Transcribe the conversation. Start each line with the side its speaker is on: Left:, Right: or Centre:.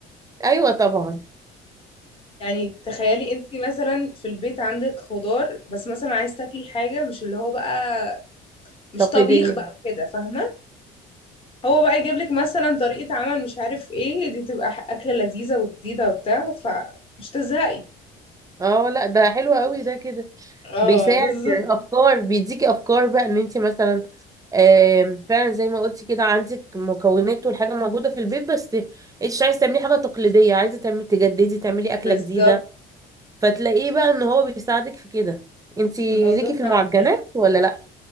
Right: ايوه طبعا
Left: يعني تخيلي انت مثلا في البيت عندك خضار بس مثلا عايز تاكلي حاجه مش اللي هو بقى مش
Right: فتقليديه
Left: طبيخ بقى وكده فاهمة هو بقى يجيب لك مثلا طريقة عمل مش عارف ايه دي تبقى ح- أكلة لذيذة وجديدة وبتاع فمش تزهقي
Right: اه لا ده حلو قوي ده كده
Left: اه
Right: بيساعد
Left: بالظبط
Right: يعني افكار بيديكي افكار بقى ان انت مثلا آم، فعلا زي ما قلتي كده عندك مكونات والحاجه موجوده في البيت بس انت مش عايزه تعملي حاجه تقليديه عايزه تعملي تجددي تعملي اكله
Left: بالظبط
Right: جديده فتلاقيه بقى ان هو بيساعدك في كده انت ليكي
Left: الموضوع فعلا
Right: في المعجنات
Left: حلو
Right: ولا لا